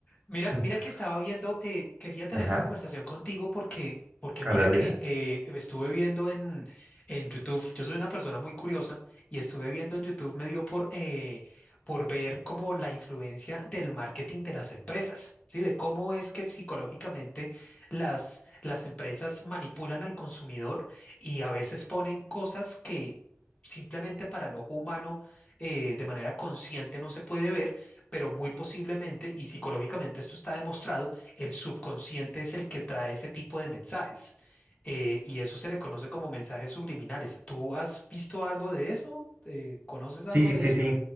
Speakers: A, on the left (about 30°); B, on the right (about 45°).
A: Mira,
B: <laughs>
A: mira que estaba viendo, eh, quería tener
B: Ajá.
A: esta conversación contigo porque, porque
B: A
A: mira
B: ver,
A: que
B: dime.
A: eh, estuve viendo en, en YouTube, yo soy una persona muy curiosa y estuve viendo en YouTube, me dio por, eh, por ver como la influencia del marketing de las empresas, ¿sí? De cómo es que psicológicamente las, las empresas manipulan al consumidor y a veces ponen cosas que simplemente para el ojo humano eh, de manera consciente no se puede ver pero muy posiblemente, y psicológicamente esto está demostrado, el subconsciente es el que trae ese tipo de mensajes. eh, y eso se le conoce como mensajes subliminales. ¿Tú has visto algo de eso? Eh, ¿conoces
B: Sí,
A: algo de
B: sí,
A: eso?
B: sí.